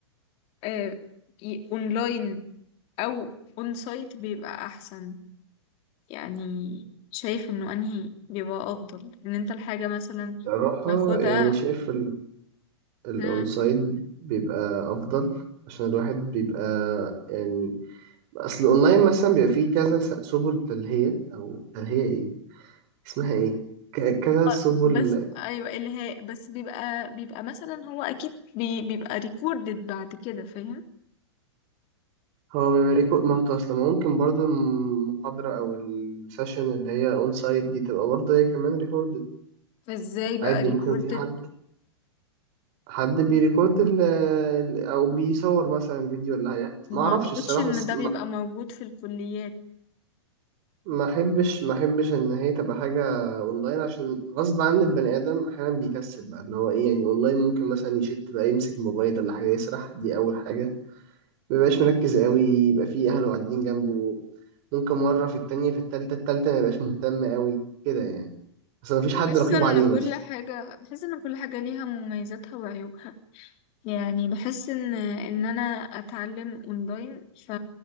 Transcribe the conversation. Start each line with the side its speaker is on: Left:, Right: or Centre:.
Left: آه، ي- أونلاين أو أون سايت بيبقى أحسن يعني شايف انه انهي بيبقى افضل ان انت الحاجة مثلا
Right: صراحة
Left: تاخدها
Right: يعني شايف الاونسايد
Left: مم.
Right: بيبقى افضل عشان الواحد بيبقى يعني اصل الاونلاين مثلا بيبقى فيه كذا س- سبل تلهية او تلهية ايه اسمها ايه ك- كذا
Left: آه،
Right: سبل
Left: بس ايوه الهاء بس بيبقى بيبقى مثلا هو اكيد بي بيبقى ريكوردد بعد كده فاهم
Right: هو بيبقى ريكو- ما هو اصل ما ممكن برضو المحاضرة او السيشن اللي هي اون سايت دي تبقى برضه هي كمان ريكوردد
Left: فازاي بقى
Right: عادي
Left: ريكوردد
Right: ممكن في حد حد بيريكورد ال- ال- او بيصور مثلا فيديو اللي هي
Left: ما
Right: ما اعرفش
Left: اعتقدش
Right: الصراحة
Left: ان
Right: بس
Left: ده بيبقى موجود في الكليات
Right: ما احبش ما احبش ان هي تبقى حاجه اونلاين عشان غصب عن البني ادم احيانا بيكسل بقى اللي هو ايه يعني اونلاين ممكن مثلا يشت بقى يمسك الموبايل ولا حاجه يسرح دي اول حاجه ما بيبقاش مركز قوي يبقى في اهله قاعدين جنبه ممكن مره في التانية في التالتة التالتة ما يبقاش مهتم قوي كده يعني بس ما فيش حد
Left: بحس
Right: رقيب
Left: ان
Right: عليه
Left: كل
Right: مثلا
Left: حاجة بحس ان كل حاجة ليها مميزاتها وعيوبها يعني بحس ان ان انا اتعلم اونلاين ف